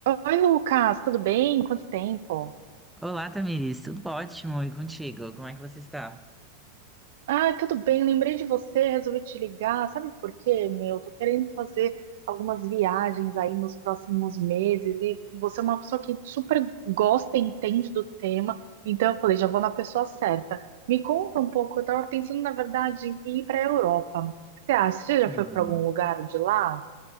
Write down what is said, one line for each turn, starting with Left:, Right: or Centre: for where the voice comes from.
Right: Oi, Lucas, tudo bem? Quanto tempo?
Centre: Olá, Tamiris, tudo ótimo e contigo? Como é que você está?
Right: Ah, tudo bem, lembrei de você, resolvi te ligar. Sabe por quê, meu? Tô querendo fazer algumas viagens aí nos próximos meses e você é uma pessoa que super gosta e entende do tema, então eu falei, já vou na pessoa certa. Me conta um pouco, eu tava pensando, na verdade, em ir pra Europa. O que você acha? Você
Centre: Hum.
Right: já foi pra algum lugar de lá?